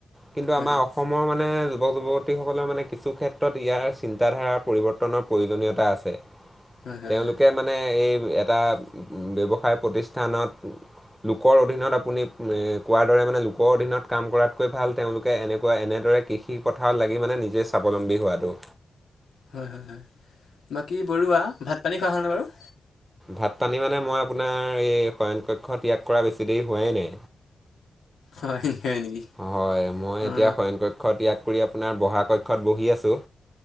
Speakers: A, in the centre; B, on the left.
A: কিন্তু
B: হয়
A: আমাৰ
B: হয়
A: অসমৰ মানে যুৱক যুৱতীসকলৰ মানে কিছু ক্ষেত্ৰত ইয়াৰ চিন্তাধাৰা পৰিৱৰ্তনৰ প্ৰয়োজনীয়তা আছে
B: হয় হয়
A: তেওঁলোকে
B: হয়
A: মানে এই টাত ব্যৱসায় প্ৰতিষ্ঠানত লোকৰ অধীনত আপুনি এ কোৱাৰ দৰে মানে লোকৰ অধীনত কাম কৰাত কৈ ভাল তেওঁলোকে এনেকুৱা এনেদৰে কৃষি পথাৰত লাগি মানে নিজে স্বাৱলম্বী হোৱাটো।
B: হয়, হয়-হয় বাকী বৰুৱা ভাত পানী খোৱা হলনে বাৰু?
A: ভাত পানী মানে মই আপোনাৰ এই শয়ন কক্ষ ত্যাগ কৰা বেছি দেৰি হোৱাই নাই।
B: হয় হয় নেকি
A: হয় মই
B: অঁ
A: এতিয়া শয়ন কক্ষ ত্যাগ <unintelligible> আপোনাৰ বহা কক্ষত বহি আছো।